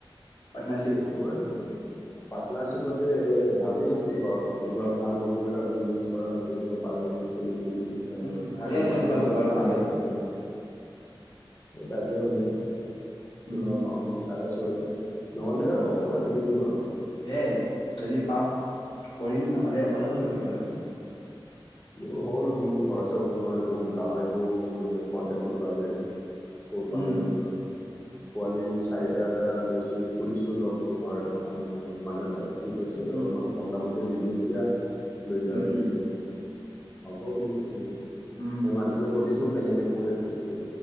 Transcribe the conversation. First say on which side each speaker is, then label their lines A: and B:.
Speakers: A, on the left; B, on the left.
A: পাৰ্টনাৰচিপ
B: <unintelligible> ৰ্নাৰশ্বিপতে হেয়াই ভাবি আছোঁ পা- কোনোবা ভাল লগৰ এটা বিজনেছ কৰা তেনেকুৱা পালে মানে খুলিম বুলি। ধৰ
A: উম ভালে
B: অলপমান
A: আছে এনেকুৱা
B: ধৰ
A: লগৰ
B: পইচাও
A: পালে
B: ইনভেষ্ট লাগে না। সেই তাকে মানে, কোনোবা
A: উম
B: পাওঁ নেকি চাই আছোঁ আৰু। নহ'লে
A: উম উম
B: আৰু অকলে খুলি দিম আৰু।
A: সেয়াই যদি পাও কৰিম নহ'লে অকলে খুলিব লাগিব
B: উম
A: আৰু।
B: মোৰ হ'ল মোৰ ঘৰ চৰ বনোৱা হৈ গ'ল গাহৰিৰো মানে কন্টেক লগালে <unintelligible> পালে
A: উম
B: আনিম আৰু। পোৱালি চাৰিটা এটা লৈছো খুলিছো লগ ঘৰ এটা মানে মানুহ এটাক সি কৈছে
A: উম
B: অলপমান কম দামতে দি দিম এতিয়া লৈ যা
A: উম
B: তই
A: উম
B: বুলি কৈছে কি হব বুলি কৈছো ময়ো,
A: উম
B: ‌সেই মানুহটোকে সুধিছো কেনেকে পুহে কি কৰে।